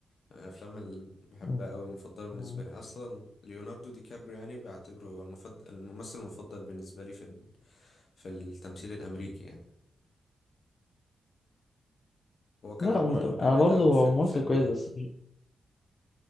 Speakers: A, on the left (about 55°); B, on the left (about 30°).
A: يعني الافلام اللي بحبها
B: م-
A: قوي مفضله بالنسبه
B: م.
A: لي اصلا ليوناردو دي كابريو يعني بعتبره هو المفضل الممثل المفضل بالنسبه لي في ال... في التمثيل الامريكي يعني هو كان
B: لا
A: عامل
B: م-
A: دور جامد
B: انا برضو
A: قوي في
B: هو ممثل
A: الفيلم
B: كويس
A: ده
B: بس مش-